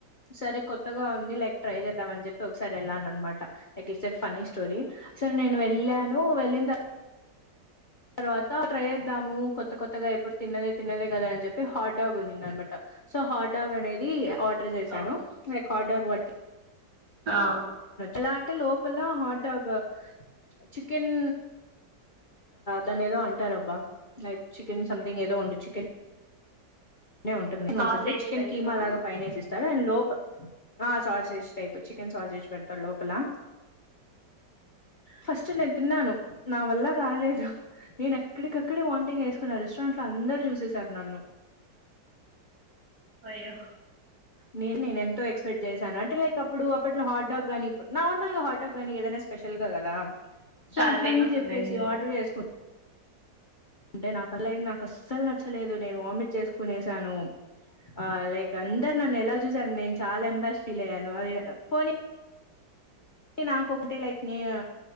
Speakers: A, on the left; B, on the right.
A: సరే కొత్తగా ఉంది లైక్ ట్రై చేద్దాం అని చెప్పి ఒకసారి వెళ్ళాలను అనమాట it is a funny story so నేను వెళ్ళాను వెళ్ళిన తవాత తర్వాత ట్రై చేద్దాము కొత్త కొత్తగా ఎప్పుడు తిన్నదే తిన్నదే కదా అని చెప్పి హాట్ డాగ్ ఉన్నింది అనమాట సో హాట్డగ్ అనేది ఆర్డర్ చేశాను
B: ఓ
A: లైక్ హాట్ ్
B: ఆ
A: ఎలా అంటే లోపల హాట్ డాగ్ చికెన్ దాన్ని ఏదో అంటారబ్బా లైక్ చికెన్ సంథింగ్ ఏదో పండు చికెన్ ఉంటుంది
B: సాసేజ్
A: ఉంటుంది చికెన్
B: టైపా
A: కీమా లాగ పైన వేసిస్ త్తరు లోప ఆ సాస్ ఎస్ టైపు చికెన్ సావాస్ ఎసి పెడతాడ్ లోపల అ ఫస్ట్ నేను తిన్నాను నా వల్ల కాలేదు నేను ఎక్కడికక్కడె వాంటింగ్ చేసుకు కని రెస్టారెంట్ లో అందరు చూసేసారు నన్ను
B: అయ్యా
A: నేను నె ఎంతో ఎక్స్పెక్ట్ చేశాను అంటే లైక్ అప్పుడు అట్లో హట్ డాగ్ గానీ నార్మల్గ హాట్ డాగ్గానీ ఏదైనా స్పెషల్ గా కదా సో
B: చాలా
A: అట్లన్న
B: ఫేమస్
A: చెప్పేసి
B: ఉంది
A: ఆర్డర్ చేసుకు అంటే నాకుల నాకస్సలు నచ్చలేదు నేను వామిట్ చేసుకునేసాను ఆ లైక్ అందరు నన్ను ఎలా చూశారు నేను చాలా ఎంబస్ ఫీల్ అయ్యాను అది పోనీ నాకొకటే లైక్ నేను